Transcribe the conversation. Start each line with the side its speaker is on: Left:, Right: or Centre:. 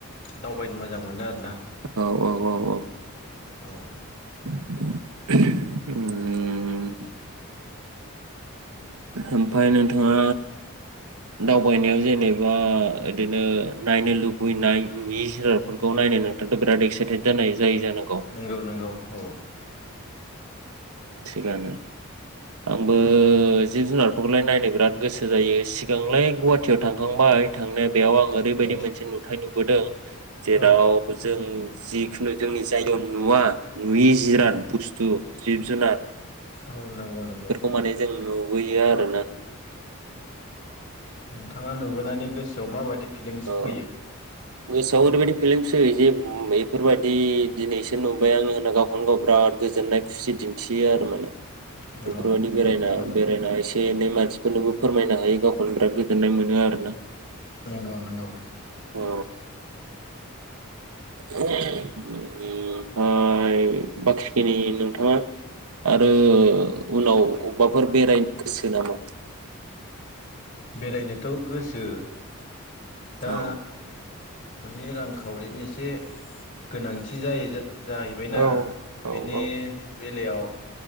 Left: दावबायनो मो जां मोनो आरो ना।
Right: औ औ औ औ
Left: औ
Right: उम ओमफाय नोंथाङा दावबायनायाव जेनेबा इदिनो नायनो लुगैनाय मि-जिरादफोरखौ नायनो नोंथाङा बिराद एक्साइटेड जानाय जायो जानां
Left: नंगौ नंगौ औ
Right: थिगानो आंबो जिब-जुनारफोरखौलाय नायनो बिराद गोसो जायो सिगांलाय गुवाहाटियाव थांखांबाय थांनाय बेयाव आं ओरैबायदि
Left: औ
Right: मोनसे नुथाय नुबो दों। जेराव
Left: औ
Right: जों जिखुनु जोंनि जायगायाव नुवा नुयि जिराद
Left: नंगौ
Right: बुस्थु जिब-जुनार
Left: औ नंगौ। नंगौ
Right: बेफोरखौ माने जों नु नुयो आरो ना।
Left: नोंथाङा नुबोनानै गोसोआव माबायदि फिलिंस
Right: ओ
Left: फैयो।
Right: गोसोआव ओरैबायदि फेलिंच फैयो जे बेफोरबायदि दिनैसो नुबाय आङो होनना गावखौनो गाव बिराद गोजोननाय खुसि दिन्थियो आरो माने।
Left: औ
Right: बेफोरबायदि बेरायना
Left: नंगौ मोजां
Right: बेरायना एसे एनै मान मानसिफोरनोबो फोरमायनो हायो गावखौनो बिराद गोजोन्नाय मोनो आरो ना।
Left: नोंगौ नोंगौ।
Right: औ <unintelligible> ओमफ्राय बाखि खिनि नोंथाङा आरो उनाव अबावबाफोर बेरायनो गोसो नामा?
Left: बेरायनोथ' गोसो। दा
Right: औ
Left: माने रांखावरिनि एसे गोनांथि जायो। जाहैबायना
Right: औ
Left: बिनि
Right: औ औ
Left: बे बेलायाव